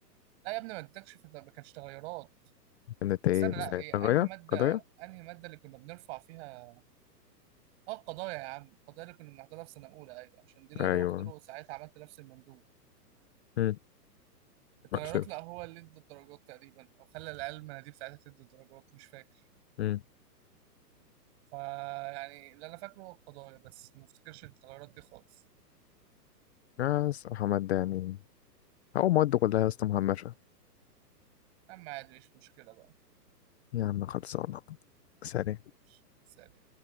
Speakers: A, on the right; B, on the left.
A: يا ابني ما اديتكش في- ما كانش تغيرات
B: كانت إيه
A: استنى لا إيه،
B: قضايا
A: انهي ماده
B: قضايا
A: انهي ماده اللي كنا بنرفع فيها اه القضايا يا عم القضايا اللي كنا بنحضرها في سنه اولى ايوه عشان دي اللي
B: أيوة
A: انا رحت له ساعتها عملت نفس المندوب
B: مم.
A: الطيارات
B: شفت
A: لا هو اللي ادى الدرجات تقريبا او خلى العيال المناديب ساعتها تدي الدرجات مش فاكر
B: مم.
A: فيعني اللي انا فاكره هو القضايا بس ما افتكرش التغيرات دي خالص
B: آه الصراحة مادة يعني أو مواد كلها يا اسطى مهمشة
A: اما عادي مش مشكله بقى
B: يا عم خلصانة سلام
A: ماشي، سلام